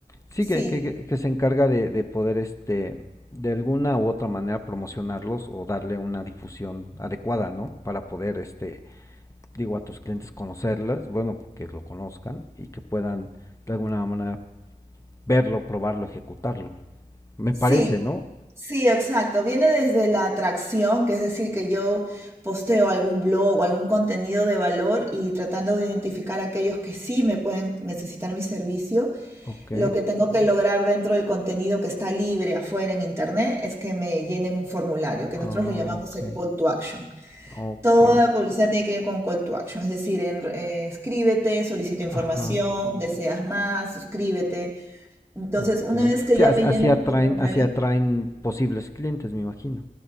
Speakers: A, on the left (about 20°); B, on the right (about 15°).
A: Sí,
B: sí,
A: que, que, que- que se encarga de, de poder, este, de alguna u otra manera promocionarlos o darle una difusión adecuada, ¿no? Para poder, este, digo, a tus clientes conocerlas, bueno, que lo conozcan y que puedan de alguna manera verlo, probarlo, ejecutarlo. Me
B: sí,
A: parece, ¿no?
B: sí, exacto. Viene desde la atracción, que es decir, que yo posteo algún blog o algún contenido de valor y tratando de identificar a aquellos que sí me pueden necesitar mi servicio.
A: Ok,
B: Lo que tengo que lograr dentro del contenido que está libre afuera en internet es que me llenen un formulario, que
A: ah,
B: nosotros le llamamos
A: ok,
B: el call to action.
A: ok,
B: Toda publicidad tiene que ir con call to action, es decir, en- eh, escríbete, solicita información,
A: ajá,
B: deseas más, suscríbete. Entonces,
A: ok.
B: una vez que
A: Sí,
B: ya
A: as-
B: me
A: así
B: llenan
A: atraen,
B: el formulario,
A: así atraen posibles clientes, me imagino.